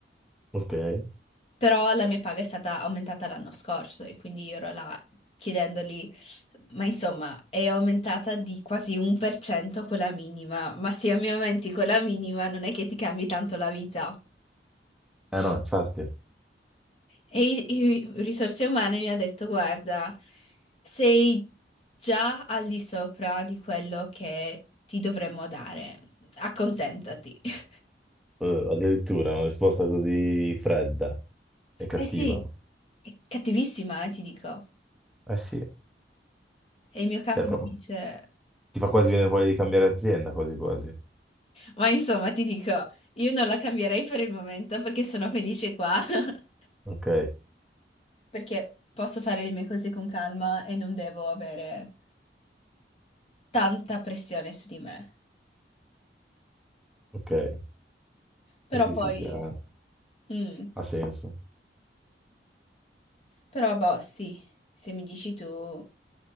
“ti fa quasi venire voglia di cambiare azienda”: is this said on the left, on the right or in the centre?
Centre